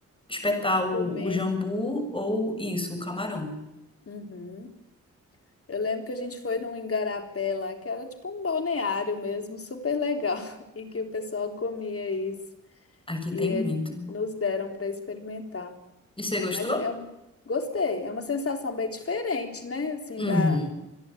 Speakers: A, on the left; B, on the left.
A: espetar o,
B: Comer.
A: o jambu ou isso, o camarão.
B: Uhum. Eu lembro que a gente foi num igarapé lá, que era tipo um balneário mesmo, super legal, <laughs> e que o pessoal comia isso.
A: Aqui
B: E
A: tem
B: ele-
A: muito.
B: nos deram para experimentar.
A: E você gostou?
B: Mas é um- gostei, é uma sensação bem diferente, né? Assim,
A: Uhum.
B: da,